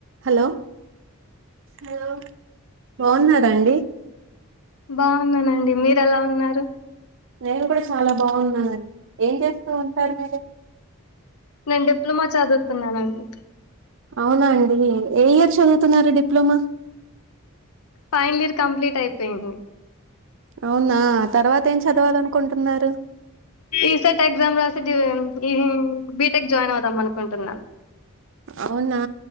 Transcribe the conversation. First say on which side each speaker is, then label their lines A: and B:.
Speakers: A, on the right; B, on the left.
A: Hello hello బాగున్నారా అండి
B: బాగున్నానండి మీరు ఎలా ఉన్నారు
A: నేను కూడా చాలా బాగున్నానండి ఏం చేస్తూ ఉంటారు మీరు
B: నేను డిప్లొమా చదువుతున్నానండి
A: అవునా అండి ఏ ఇయర్ చదువుతున్నారు డిప్లమా
B: ఫైనల్ ఇయర్ కంప్లీట్ అయిపోయింది
A: అవునా తర్వాత ఏం చదవాలనుకుంటున్నారు
B: ఈసెట్ ఎగ్జామ్ రాసి ది ఈ బీటెక్ జాయిన్ అవుదాం అనుకుంటున్నాను
A: అవునా